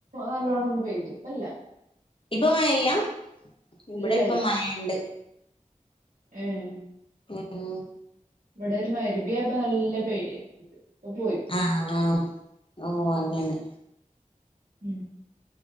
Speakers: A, on the right (about 75°); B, on the left (about 40°).
A: നല്ലോണ്ണം ഒന്ന് പെയ്തു, ഇപ്പല്ല.
B: ഇപ്പം മഴ ല്ല? ഇബെടെ
A: ഇല്ലല്ല
B: ഇപ്പം മഴ ണ്ട്.
A: ഏഹ്.
B: ഉം ഉം
A: ഇവടെ ഒരു മഹ്രിബിയായപ്പം നല്ല പെയ്യ് ത് ഇപ്പൊ പോയി.
B: ആഹ് ആഹ് ഓഹ് അങ്ങനെ.
A: ഉം